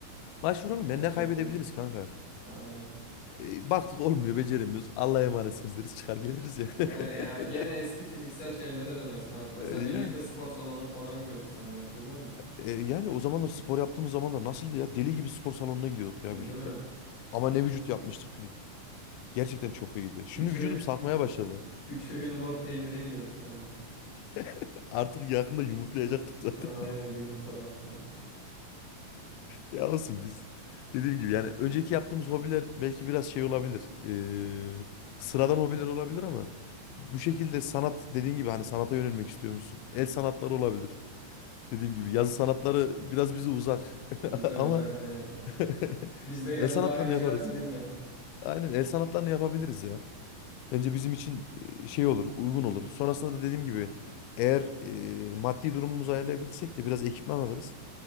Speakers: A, on the left; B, on the left.
A: Başvuralım
B: Halk
A: ya ne kaybedebiliriz
B: eğitim.
A: kanka?
B: Aynen.
A: E, baktık olmuyor beceremiyoruz. Allah'a emanetsiniz deriz çıkar geliriz yani.
B: Yani ya
A: <laughs>
B: gene eski fiziksel şeylere döneriz kanka. Mesela
A: E, yani,
B: birlikte spor salonuna falan gidiyorduk seninle hatırlıyor musun?
A: e, yani o zamanlar spor yaptığımız zamanlar nasıldı ya? Deli gibi spor salonuna gidiyorduk ya
B: Değil
A: birlikte.
B: mi?
A: Ama ne vücut yapmıştık birlikte. Gerçekten çok iyiydi. Şimdi
B: Üç,
A: vücudum
B: öğ-
A: sarkmaya başladı.
B: üç öğün lor peyniri yiyorduk seninle.
A: <laughs> Artık yakında yumurtlayacaktım zaten.
B: Aynen yumurtadan falan.
A: Ya olsun biz. Dediğim gibi yani önceki yaptığımız hobiler belki biraz şey olabilir. Ee, sıradan hobiler olabilir ama bu şekilde sanat dediğin gibi hani sanata yönelmek istiyor musun? El sanatları olabilir. Dediğim gibi yazı sanatları biraz bize uzak
B: Bize
A: <laughs> ama
B: uzak aynen kanka.
A: <laughs>
B: Bizde yazı
A: el sanatlarını
B: daha icat
A: yaparız.
B: edilmedi.
A: Aynen el sanatlarını yapabiliriz ya. Bence bizim için e, şey olur, uygun olur. Sonrasında da dediğim gibi eğer e, maddi durumumuzu ayarlayabilirsek de biraz ekipman alırız.